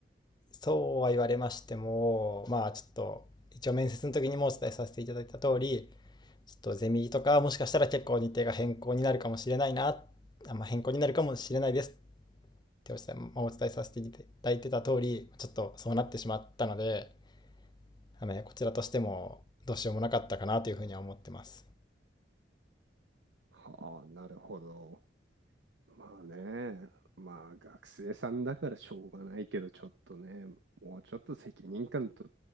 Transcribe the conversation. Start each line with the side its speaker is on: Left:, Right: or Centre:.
Left: そうは言われましても、まあちょっと、一応面接の時にもお伝えさせていただいた通り、ちょっとゼミとかもしかしたら結構日程が変更になるかもしれないな、あまあ、変更になるかもしれないですってお伝え,、まあ、お伝えさせていただいてた通り、ちょっとそうなってしまったので、あのねこちらとしてもどうしようもなかったかなというふうには思ってます。
Right: はあ、なるほど。まあね、まあ学生さんだからしょうがないけど、ちょっとね、もうちょっと責任感と